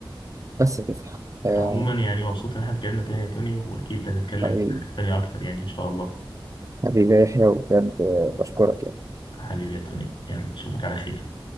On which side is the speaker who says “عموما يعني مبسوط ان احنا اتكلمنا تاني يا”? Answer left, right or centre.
Left